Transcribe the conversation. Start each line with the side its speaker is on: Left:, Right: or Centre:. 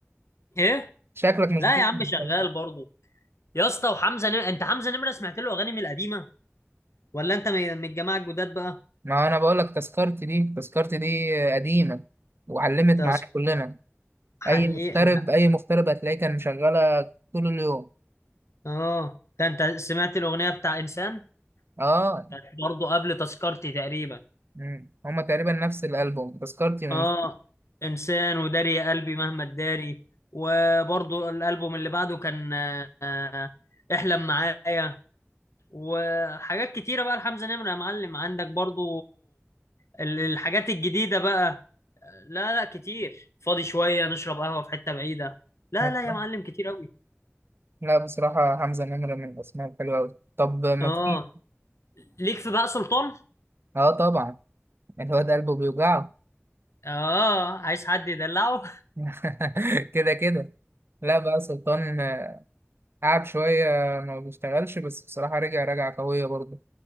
Left: ايه
Right: شكلك مش
Left: لا
Right: بتحب
Left: يا عم شغال
Right: تامر حسني.
Left: برضو يا اسطى وحمزة نمرة انت حمزة نمرة سمعت له اغاني من القديمه ولا انت من من الجماعه الجداد بقى
Right: ما انا بقول لك تذكرتي دي تذكرتي دي قديمة وعلمت
Left: تذكر
Right: معاك كلنا
Left: حقيقي
Right: اي مغترب اي مغترب هتلاقيه كان مشغلة طول اليوم
Left: اه ده انت سمعت الاغنيه بتاع انسان
Right: اه
Left: كانت برضه قبل تذكرتي تقريبا
Right: مم. هما تقريبا نفس الالبوم تذكرتي من
Left: اه انسان وداري يا قلبي مهما تداري وبرضه الالبوم اللي بعده كان آه، احلم معايا وحاجات كتيره بقى لحمزه نمره يا معلم عندك برضه ال- الحاجات الجديده بقى لا لا كتير فاضي شويه نشرب قهوه في حته بعيده لا
Right: <laughs>
Left: لا يا معلم كتير قوي
Right: لا بصراحة حمزة نمرة من الاسماء الحلوة أوي طب ما
Left: اه
Right: تيجي
Left: ليك في بقى سلطان
Right: اه طبعا الواد قلبه بيوجعه
Left: اه عايز حد يدلعه <laughs>
Right: <laughs> كده كده لا بقى سلطان آه، قعد شوية ما بيشتغلش بس بصراحة رجع رجعة قوية برضه